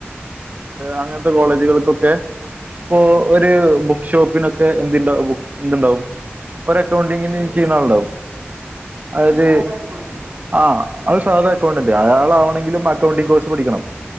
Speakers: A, on the right; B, on the right.
A: അങ്ങൻത്തെ കോളേജുകൾക്കൊക്കെ ഇപ്പൊ ഒരു
B: ആ
A: ബുക്ക് ഷോപ്പിനൊക്കെ എന്തിണ്ട ബു എന്തുണ്ടാകും? ഒരക്കൗണ്ടിങ്ങിനി
B: ഒരു
A: ചെയ്യ്ണാളുണ്ടാവും
B: സ്- അത്
A: ആയത്
B: സാധാ അക്കൗണ്ടന്റ്
A: ആഹ് അത് സാധാ അക്കൗണ്ടന്റ് അയാളാവണെങ്കിലും അക്കൗണ്ടിംഗ് കോഴ്സ് പഠിക്കണം.